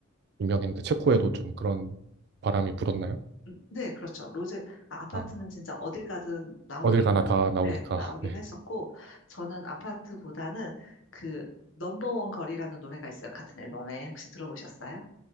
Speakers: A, on the right (about 55°); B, on the left (about 75°).
A: 유명했는데 체코에도 좀 그런 바람이 불었나요?
B: <laughs> 네, 그렇죠. 로제 아, 파트는
A: 아.
B: 진짜 어딜 가든 나오기는
A: 어딜 가나 다 나오니까.
B: 네, 나오긴
A: 네.
B: 했었고 저는 아파트보다는 그 넘버원 거리라는 노래가 있어요. 같은 앨범에 혹시 들어보셨어요?